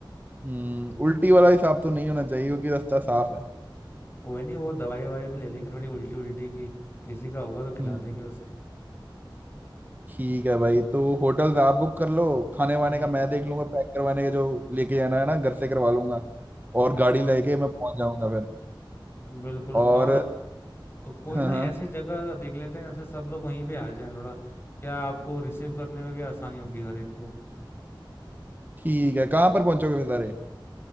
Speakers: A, on the right; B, on the left.
A: हम्म उल्टी वाला हिसाब तो नहीं होना चाहिए क्योंकि रास्ता साफ है
B: कोई नहीं वो दवाई ववाई भी ले लेंगे थोड़ी उल्टी उल्टी की किसी का होगा तो खिला
A: हम्म
B: देंगे उसे
A: ठीक है भाई तो होटल्स आप बुक कर लो खाने वाने
B: हम्म
A: का मैं देख लूंगा पैक करवाने के जो लेके जाना है ना घर से करवा लूंगा और
B: हम्म
A: गाड़ी लेके
B: हम्म,
A: मैं पहुंच जाऊंगा फिर
B: बिल्कुल और
A: और
B: को, कोई
A: हाँ
B: ना
A: हाँ
B: ऐसी जगह देख लेते हैं जैसे सब लोग वहीं पे आ जाएं थोड़ा क्या आपको रिसीव करने में भी आसानी होगी हर एक को
A: ठीक है कहाँ पर पहुंचोगे फिर सारे